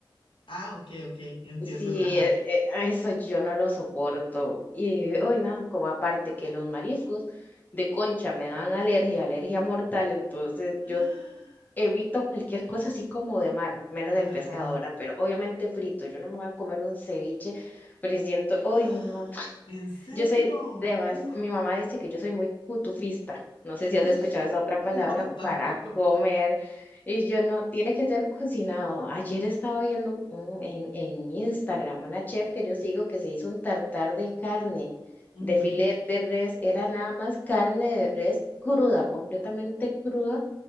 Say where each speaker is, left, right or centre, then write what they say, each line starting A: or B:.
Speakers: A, on the left; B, on the left.
A: Ah, ok, ok, entiendo
B: Sí,
A: el, ajá.
B: e- e- eso yo no lo soporto. Y, hoy no, como aparte que los mariscos de concha me dan alergia, alergia mortal, entonces
A: Ah,
B: yo evito cualquier cosa así como de mar, menos el
A: Ajá.
B: pescado, ¿verdad? Pero obviamente frito, yo no me voy a comer un ceviche, pero siento, uy,
A: Ah,
B: no,
A: ¿En serio?
B: Yo soy, además,
A: Uf.
B: mi mamá dice que yo soy muy cutufista. No sé si has
A: <laughs>
B: escuchado esa otra palabra
A: No, tampoco.
B: para comer. Y yo no, tiene que ser cocinado. Ayer estaba viendo un- en, en Instagram una chef que yo sigo que se hizo un tartar de carne,
A: Ujú.
B: de filet de res. Era nada más carne de res cruda, completamente cruda.